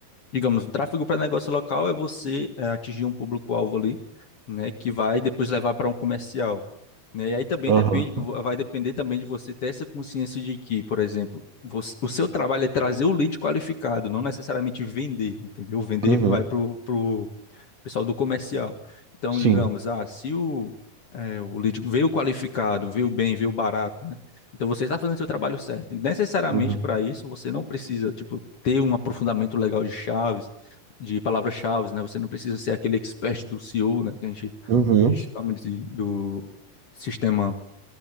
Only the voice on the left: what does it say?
digamos, o tráfego para negócio local é você eh, atingir um público-alvo ali, né, que vai depois levar para um comercial, né? E aí também
depende, vo- vai depender também de você ter essa consciência de que, por exemplo, você- o seu trabalho é trazer o lead qualificado, não necessariamente vender, entendeu? Vender
vai para o pessoal do comercial. Então,
digamos, ah, se o, eh, o lead veio qualificado, veio bem, veio barato, né? Então você está fazendo seu trabalho certo. E Necessariamente
para isso, você não precisa, tipo, ter um aprofundamento legal de chaves, de palavras-chaves, né? Você não precisa ser aquele expert do CEO, né? Que a gente
chama de, do sistema,